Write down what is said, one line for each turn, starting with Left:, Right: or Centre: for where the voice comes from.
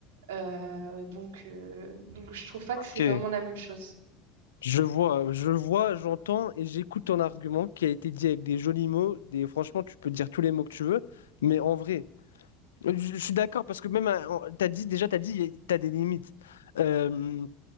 Right: Euh, donc, euh, donc, je trouve pas
Left: Ok.
Right: que c'est vraiment la même chose.
Left: Je vois, je vois, j'entends et j'écoute ton argument qui a été dit avec des jolis mots. Des, franchement, tu peux dire tous les mots que tu veux, mais en vrai. Je, je suis d'accord parce que même, euh, on- t'as dit, déjà, t'as dit, t'as des limites. Euh,